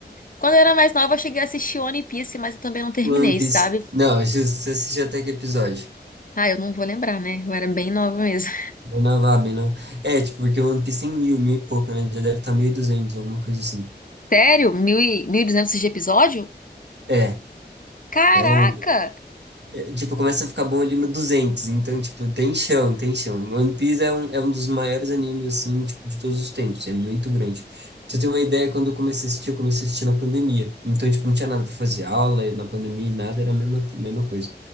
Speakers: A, on the left; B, on the right.
A: Quando eu era mais nova, eu cheguei a assistir One Piece, mas eu também não terminei,
B: One Piece.
A: sabe?
B: Não, acho que você assiste até que episódio?
A: Ah, eu não vou lembrar, né? Eu era bem nova mesmo.
B: Bem nova, bem nova. É, tipo, porque o One Piece tem mil, mil e pouco, né? Já deve estar mil e duzentos, alguma coisa assim.
A: <laughs> Sério? Mil e 1.200 de episódio?
B: É,
A: Caraca!
B: é longo. Tipo, começa a ficar bom ali no 200, então, tipo, tem chão, tem chão. One Piece é um, é um dos maiores animes, assim, tipo, de todos os tempos, é muito grande. Pra você ter uma ideia, quando eu comecei a assistir, eu comecei a assistir na pandemia. Então, tipo, não tinha nada pra fazer, aula, na pandemia, nada, era a mesma, mesma coisa.